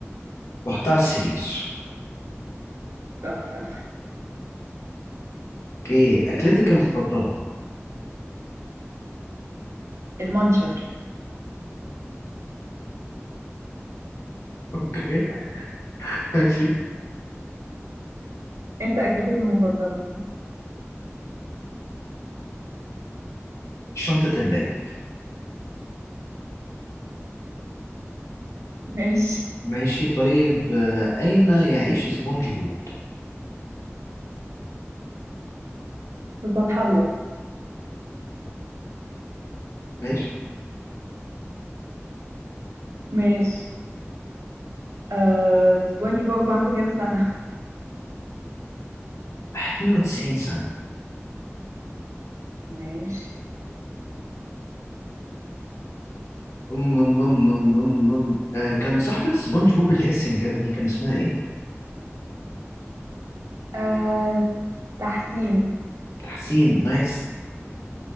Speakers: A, on the left; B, on the right.
A: بحطها على السرير
B: تحفة
A: أوكي أكلتك
B: ماشي
A: المفضلة
B: المنشر
A: أوكي <laughs> ماشي
B: انت اكلتك المفضله
A: شنطة اللاب
B: ماشي
A: ماشي طيب آه، أين يعيش سبونج بوب؟
B: في فتح الله
A: ماشي.
B: ماشي آه سبونج بوب عنده كام سنة
A: 92 سنة
B: ماشي
A: أم أم أم أم أم أم. آه كان صاحبة سبونج بوب اللي هي السنجابة دي كان اسمها إيه؟
B: آه تحسين
A: تحسين نايس